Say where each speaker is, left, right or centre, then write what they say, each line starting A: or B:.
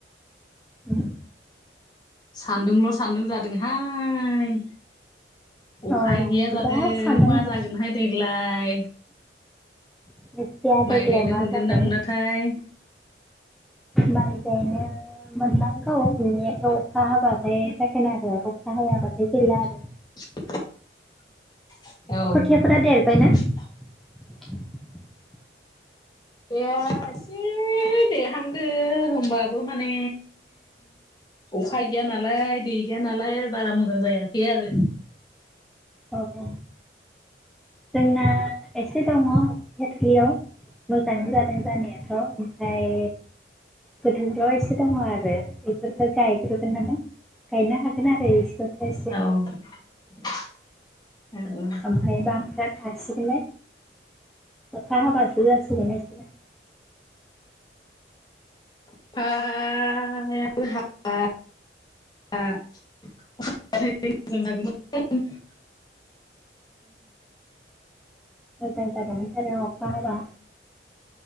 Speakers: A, in the centre; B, on the left.
A: उम।
B: सान्दुंल' सान्दुं जादोंहाय। अखा
A: अ
B: गैया जादों
A: दा सानदों
B: मा
A: आरो
B: जागोनहाय देग्लाय?
A: मिथिया
B: माइ
A: देग्लाय
B: गायनो
A: मा
B: मोनगोन
A: जागोन
B: ना मोनाथाय
A: माय गायनो मोननांगौ मोननियाथ' अखा हाबाथाय जागोन आरो अखा हायाबाथाय गैला आरो
B: <inaudible> औ
A: खोथियाफोरा देरबायना <unintelligible>
B: एसे देरहांदो होनबाबो माने अखा गैया नालाय दै गैया नालाय बारा मोजां जायाखै आरो
A: औ जोंना एसे दङ थयाटलियाव मोजाङ जादों जानाया ओमफ्राय गोथ प्रस दङ आरो बेफोरफोरखौ गायख्रोग नामा गायनो हागोन आरो इसोरफोरखौ एसे
B: औ
A: ओमफ्राय बांफाया थासिगोनलाय अखा हाबासो जासिगोन नसोरो
B: आ <unintelligible> <inaudible>
A: मोजां जागोन अखा हाबा